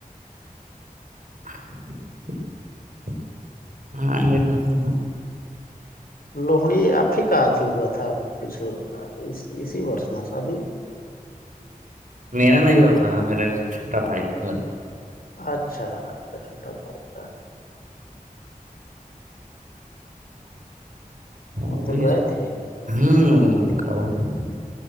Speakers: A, on the right; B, on the left.
A: <unintelligible> ہ ایے کہین
B: <unintelligible>
A: میرا نہیں ہوا تھا میرے چھوٹا بھائی ت تھا-
B: اچھا آپ کا چھوٹا بھائی تھا- ہم
A: ابھی
B: تو گئے تھے-
A: ہوں کیا ب-